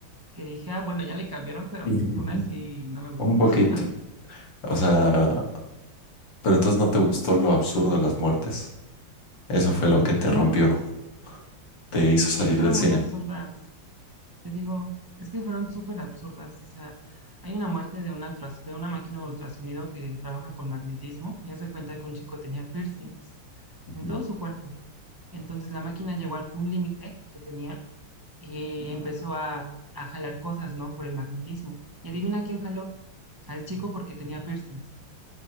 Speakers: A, on the right (about 25°); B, on the left (about 60°).
A: que dije, ah,
B: <laughs>
A: bueno, ya le cambiaron, pero
B: Ujú.
A: pues aún así no me gustó.
B: Un poquito.
A: <laughs>
B: O sea, pero entonces no te gustó lo absurdo de las muertes. Eso fue lo que te
A: No,
B: rompió, te hizo salir
A: es que fueron
B: del cine.
A: muy absurdas. Te digo, es que fueron súper absurdas. O sea, hay una muerte de una, ultras- de una máquina de ultrasonido que trabaja con magnetismo y hace cuenta que un chico tenía piercings
B: Ujú.
A: en todo su cuerpo. Entonces la máquina llegó al un límite que tenía y empezó a, a jalar cosas, ¿no? Por el magnetismo. Y adivina quién jaló al chico porque tenía piercings.